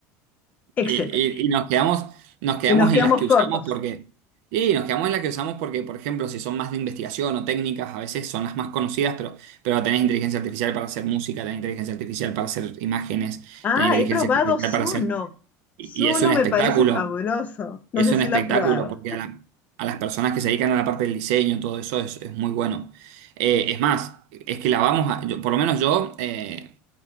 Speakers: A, on the left (about 20°); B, on the right (about 60°).
A: etcétera.
B: Y, y- y nos quedamos, nos quedamos
A: Y nos quedamos
B: en las que usamos
A: cortos.
B: porque, y nos quedamos en las que usamos porque, por ejemplo, si son más de investigación o técnicas, a veces son las más conocidas, pero, pero tenés inteligencia artificial para hacer música, tenés inteligencia artificial para hacer imágenes,
A: Ah,
B: tenés inteligencia
A: he probado
B: artificial
A: Zuno.
B: para hacer... Y,
A: Zuno
B: y es un espectáculo,
A: me parece fabuloso. No
B: es
A: sé
B: un
A: si
B: espectáculo,
A: lo has probado.
B: porque a, la- a las personas que se dedican a la parte del diseño, todo eso es, es muy bueno. Eh, es más, es que la vamos a, yo- por lo menos yo... eh,